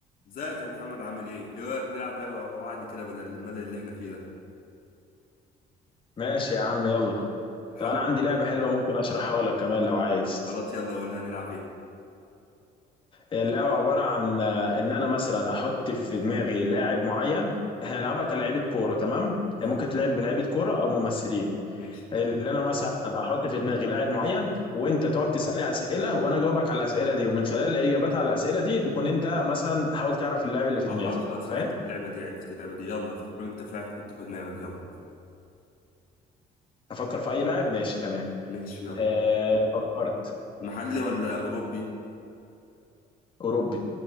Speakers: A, on the left; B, on the left.
A: ازيك يا محمد عامل ايه؟ ايه رأيك نلعب لعبة مع بعض كده بدل الملل اللي احنا فيه ده؟
B: ماشي يا عم يلا
A: حابب
B: طب انا عندي لعبة حلوة ممكن اشرحها لك كمان لو عايز
A: خلاص يلا قول لي هنلعب ايه؟
B: هي اللعبة عبارة عن آه، ان انا مثلا احط في دماغي لاعب معين احنا نلعبها كلاعيبة كورة تمام
A: تمام،
B: هي ممكن تلعب بلاعيبة كورة او ممثلين
A: ماشي
B: اللي انا مثلا احط في دماغي لاعب معين وانت تقعد تسألني اسئلة وانا اجاوبك على الاسئلة دي ومن خلال الاجابات على الاسئلة دي تكون انت مثلا تحاول تعرف اللاعب اللي في
A: اه
B: دماغي
A: خلاص خلاص
B: فاهم
A: انا عرفت اللعبة دي عرفت اللعبة دي يلا فكر انت في لعبة تحطه في دماغك يلا
B: افكر في اي لاعب ماشي تمام
A: ماشي يلا
B: أه فكرت
A: محلي ولا اوروبي؟
B: اوروبي